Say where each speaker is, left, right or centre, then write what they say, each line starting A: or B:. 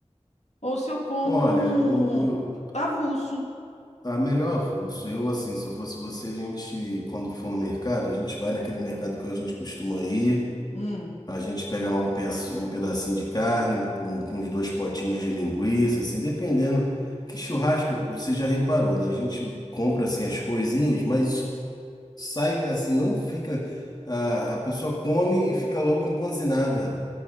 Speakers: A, on the left (about 70°); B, on the left (about 35°).
A: ou se eu compro
B: Olha,
A: um
B: o, o-
A: avulso.
B: a melhor avulso, eu assim, se eu fosse você, a gente, quando for no mercado, a gente vai naquele mercado que a gente costuma ir,
A: Hum,
B: a gente pega lá um, peço, um pedacinho de carne, um- um- uns dois potinhos de linguiça, assim, dependendo. Que churrasco, você já reparou, né? A gente compra assim as coisinhas, mas sai assim, não fica. A, a pessoa come e fica logo empanzinada.